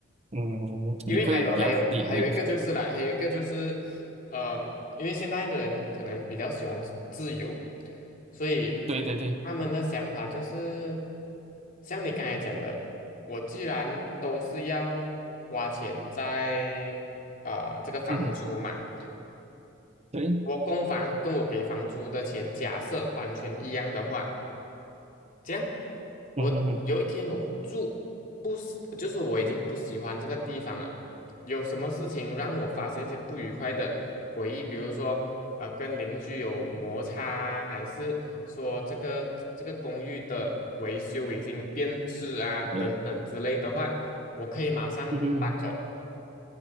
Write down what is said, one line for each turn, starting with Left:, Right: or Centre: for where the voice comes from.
Right: 嗯，
Left: 因为还有还有还有一个就是啦，
Right: 你会比较你你
Left: 还有一个就是，呃，因为现在的人可能比较喜欢自由，所以他们的想法就是
Right: 对对对，
Left: 像你刚才讲的，我既然都是要花钱在啊、呃这个房租嘛。
Right: 嗯哼，对，
Left: 我供房跟我给房租的钱假设完全一样的话，这样我有一天我住不喜，
Right: 嗯哼哼，
Left: 就是我已经不喜欢这个地方了，有什么事情让我发生一些不愉快的回忆，比如说呃跟邻居有摩擦啊还是说这个这个公寓的维修已经变质啊等等之类的话，
Right: 对，
Left: 我可以马上搬走。
Right: 嗯哼哼